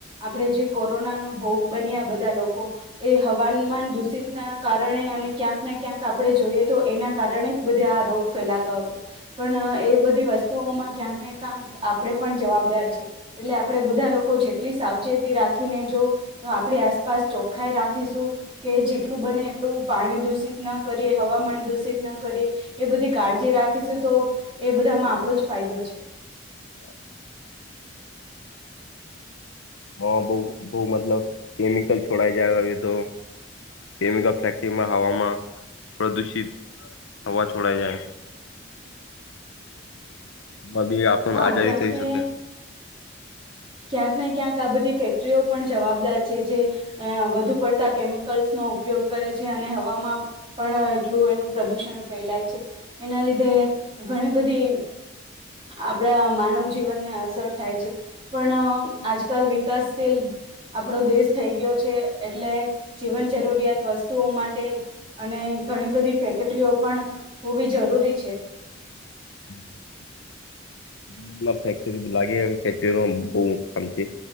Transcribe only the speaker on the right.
આપણે જે કોરોના નો ભોગ બન્યા બધા લોકો એ હવામાન દૂષિત ના કારણે અને ક્યાંક ને ક્યાંક આપડણે જોઈએ તો એના કારણે જ બધે આ રોગ ફેલાતો હતો પણ એ બધીત ઉસવ મા ક્યાંક ને ક્યાંક આપે પણ જવાબદાર છે એટલે આપે બધા લોકો જેટલી સાવચેતી રાખીને જો આપણી આસપાસ ચોખ્ખાાઈ રાખીશું કે જેટલું બને એટલું પાણી દુષિત ન કરી એ હવામાન દૂષિત ના કરી એ બધી કાળજી રાખીશું તો એ બધામાં આપ જ ફાયદો છે
હા
ક્યાંક
ને
ક્યાંક ને ક્યાંક આ બધી ફેક્ટરીઓ પણ જવાબદાર છે જે વધુ પડતા કેમિકલ્સ નો ઉપયોગ કરે છે અને હવામાં પણ એટલું એનું પ્રદૂષણ ફેલાય છે એના લીધે ઘણી બધી આપડા માનવ જીવનને અસર થાય છે પણ આજકાલ વિકાસશીલ આપણો દેશ થઈ ગયો છે એટલે જીવન જરૂરિયાત વસ્તુઓ માટે અને ઘણી બધી ફેક્ટરીઓ પણ હોવી જરૂરી છે